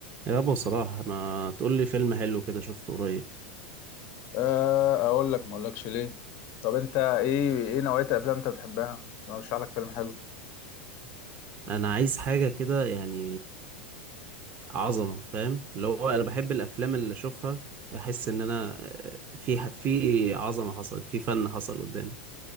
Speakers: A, on the right; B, on the left.
A: يابا صلاح ما تقول لي فيلم حلو كده شفته قريب
B: أه، اقول لك ما اقولكش ليه طب انت ايه ايه نوعية الافلام انت بتحبها عشان ارشح لك فيلم حلو
A: انا عايز حاجه كده يعني عظمه فاهم اللي هو انا بحب الافلام اللي اشوفها احس ان انا آه، في في عظمه حصلت في فن حصل قدامي